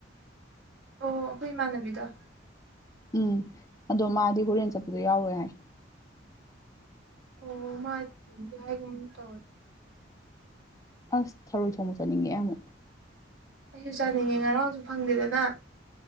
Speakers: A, on the right; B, on the left.
A: ꯑꯣ ꯑꯩꯈꯣꯏ ꯏꯃꯥꯟꯅꯕꯤꯗ
B: ꯎꯝ ꯑꯗꯣ ꯃꯥꯗꯤ ꯍꯣꯔꯦꯟ ꯆꯠꯄꯗ ꯌꯥꯎꯔꯣꯏ ꯍꯥꯏ
A: ꯑꯣ ꯃꯥꯗꯤ ꯍꯥꯏ ꯨ ꯇ
B: ꯑꯁ ꯊꯔꯣꯏ ꯊꯣꯡꯕ ꯆꯠꯅꯤꯡꯉꯦ ꯑꯃꯨꯛ
A: ꯑꯩꯁꯨ ꯆꯥꯅꯤꯡꯉꯦ ꯉꯔꯥꯡꯁꯨ ꯐꯪꯗꯦꯗꯅ